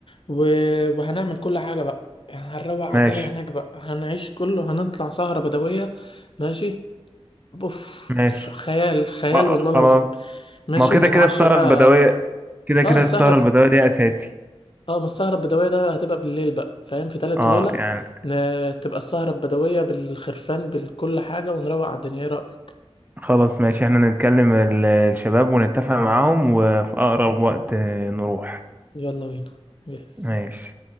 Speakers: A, on the left (about 55°); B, on the right (about 15°).
A: و... وهنعمل كل حاجة بقى يعني هنروق على
B: ماشي
A: الدنيا هناك بقى هنعيش كله هنطلع سهرة بدوية ماشي اوف
B: ماشي
A: خيال خيال
B: اه
A: والله العظيم
B: خلاص
A: ماشي
B: ما هو كده
A: ونتعشى
B: كده السهره
A: بقى
B: البدويه كده
A: اه
B: كده
A: السهرة
B: السهره البدويه دي اساسي
A: اه ما السهرة البدوية ده هتبقى بالليل بقى فاهم في تالت
B: اه
A: ليلة
B: يعني
A: ن- تبقى السهرة البدوية بالخرفان بكل حاجة ونروق على الدنيا ايه رأيك
B: خلاص ماشي احنا نتكلم ال- الشباب ونتفق معاهم وفي أقرب وقت آه، نروح
A: يلا بينا جاهز
B: ماشي